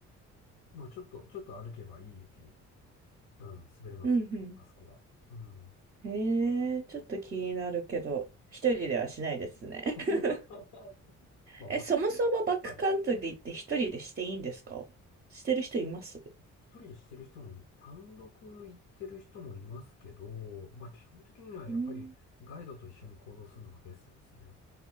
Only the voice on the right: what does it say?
うんう
ん。へえ、ちょっと気になるけど、一人ではしないですね。
<laughs>
え、
そもそもバックカントリーって一人でしていいんですかしてる人います
うん。